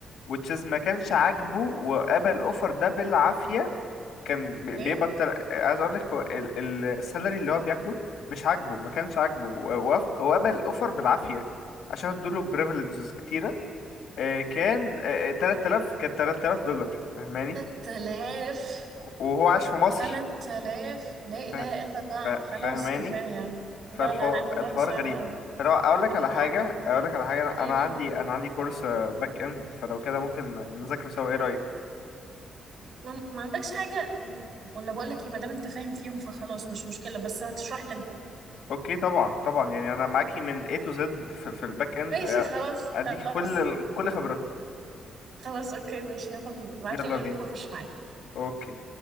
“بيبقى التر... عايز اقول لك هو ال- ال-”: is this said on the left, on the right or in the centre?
Left